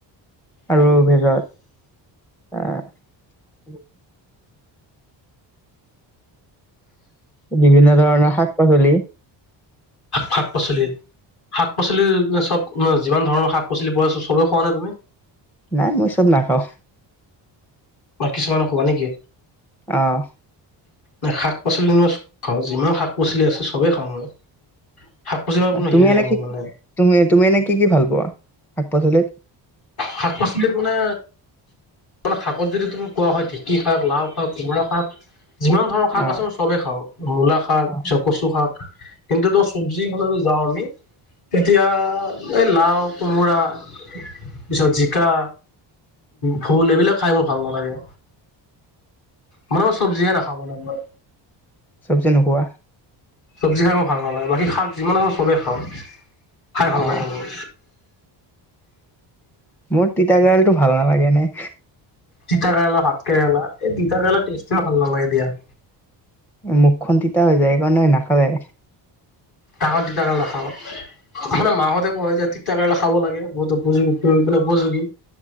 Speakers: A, in the centre; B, on the left.
A: আৰু ভেজত আহ, উম বিভিন্ন ধৰণৰ শাক পাচলি,
B: শাক পাচলি শাক পাচলি চ'ব যিমান ধৰণৰ শাক পাচলি পোৱা‌ চবে খোৱা নে তুমি?
A: নাই মই চ'ব নাখাওঁ।
B: বাই কিছুমানক খোৱা নেকি
A: অ
B: নে শাক পাচল পাচলি যেনিবা খাওঁ যিমান শাক পাচলি আছে চবেই খাওঁ মই। শাক পাচলি মানে কোনো
A: তুমি
B: হেৰি
A: এনে
B: নাই
A: কি
B: মোৰ মানে
A: তুমি তুমি এনে কি কি ভাল পোৱা, শাক পাচলিত?
B: শাক পাচলিত মানে, মানে শাকত যদি তুমি কোৱা হয় ঢেঁকী শাক, লাও শাক, কোমোৰা শাক, যিমান শাক
A: অ
B: আছে ন' চ চবে খাওঁ মূলা শাক,
A: অ
B: কচু শাক কিন্তু তো চবজিৰ ফালে যাওঁ আমি তেতিয়া এই লাও, কোমোৰা পিছত জিকা, ভোল এইবিলাক খাই মোৰ ভাল নালাগে। মানে মগ চবজিহে নাখাওঁ মানে মই।
A: চবজি নোখোৱা?
B: চবজি খাই মোৰ ভাল নালাগে, বাকী শাক যিমান আছে চবেই খাওঁ খাই ভাল
A: অ
B: লাগে মোৰ।
A: মোৰ তিতাকেৰেলা টো ভাল নালাগে এনে
B: তিতা কেৰেলা, ভাত কেৰেলা। এই তিতা কেৰেলা টেষ্টটোৱে ভাল নালাগে দিয়া।
A: মুখখন তিতা হৈ যায়। সেইকাৰণে নাখায়ে
B: ডাঙৰ তিতা কেৰেলা খাও, মানে মাহঁতে কয় যে তিতাকেৰেলা খাব লাগে বহুত উপযোগী মানে উপযোগী